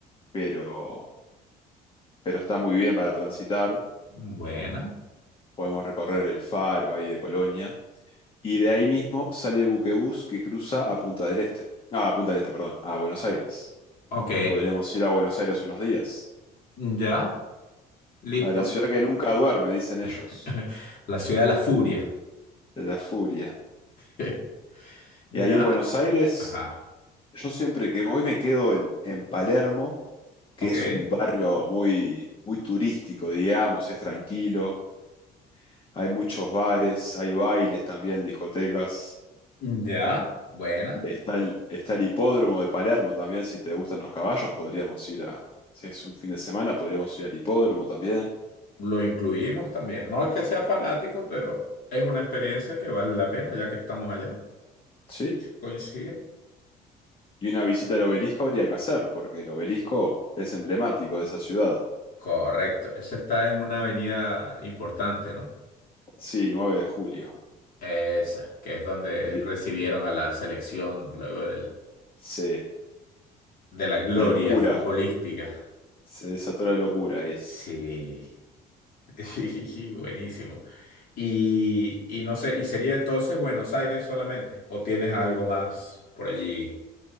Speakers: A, on the left; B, on the left.
A: pero, pero está muy bien para transitar.
B: buena.
A: Podemos recorrer el faro ahí de Colonia. Y de ahí mismo sale el buquebús que cruza a Punta del Este. Ah, a Punta del Este, perdón, a Buenos Aires.
B: Ok.
A: Podríamos ir a Buenos Aires unos días.
B: Ya. Listo.
A: A la ciudad que nunca duerme, dicen ellos,
B: <laughs> La ciudad de la furia.
A: de la furia.
B: <laughs>
A: Y ahí
B: Ya.
A: en Buenos Aires,
B: Ajá.
A: yo siempre que voy me quedo en, en Palermo, que
B: Ok.
A: es un barrio muy, muy turístico, digamos, es tranquilo. Hay muchos bares, hay bailes también, discotecas.
B: Ya. Buena.
A: Está el, está el hipódromo de Palermo también, si te gustan los caballos, podríamos ir a, si es un fin de semana, podríamos ir al hipódromo también,
B: Lo incluimos también. No es que sea fanático, pero es una experiencia que vale la pena ya que estamos allá.
A: ¿sí?
B: Coincide.
A: Y una visita al obelisco habría que hacer, porque el obelisco es emblemático de esa ciudad.
B: Correcto. Esa está en una avenida importante, ¿no?
A: Sí, 9 de julio.
B: Esa, que es donde
A: Que di-
B: recibieron a la selección luego del-
A: Se,
B: de la gloria
A: la locura,
B: futbolística.
A: se desató la locura ahí.
B: Sí. <laughs> Buenísimo. Y, y no sé, ¿y sería entonces Buenos Aires solamente? ¿O tienes algo más por allí